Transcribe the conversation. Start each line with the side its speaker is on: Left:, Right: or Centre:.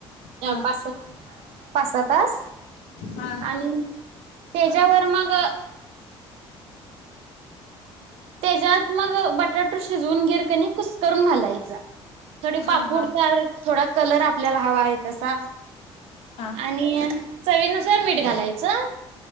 Left: हा
Right: पाच सहा तास
Left: हा
Right: आणि तर मग त्याच्यात मग बटाटा शिजवून गीर कुस्करायचा करून घालायचा थोडी
Left: हा
Right: पापड
Left: हा
Right: खार थोडं कलर आपल्याला हवा आहे तसा
Left: हा
Right: आणि चवीनुसार मीठ घालायचं